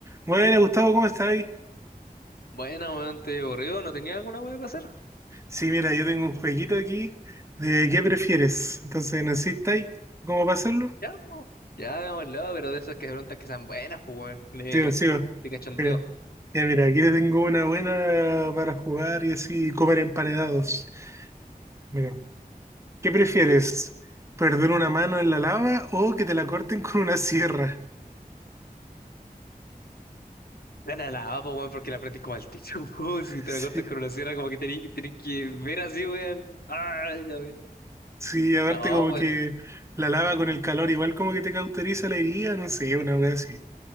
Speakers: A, on the right; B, on the left.
A: Bueno, Gustavo, ¿cómo estáis?
B: Bueno, weón, te aburrido, ¿no tenía alguna weá para hacer?
A: Sí, mira, yo tengo un jueguito aquí de qué prefieres. Entonces, ¿necesitáis cómo pasarlo?
B: Ya, po. Ya, hagámoslo, pero de esas que preguntas que sean buenas, pues, weón, de,
A: Sigo, sigo.
B: de cachondeo.
A: Mira, ya, mira, aquí te tengo una buena para jugar y así comer emparedados. Mira, ¿qué prefieres? ¿Perder una mano en la lava o que te la corten con una sierra?
B: Gana la A, pues, weón, porque la aprendí como al techo, <laughs> po,
A: <laughs>
B: si te la cortas
A: Sí,
B: con una sierra, como que tenés, tenés que ver así, weón. Ay, la weá.
A: sí, aparte
B: No,
A: como
B: weón,
A: que la lava con el calor igual como que te cauteriza la herida, no sé, una wea así.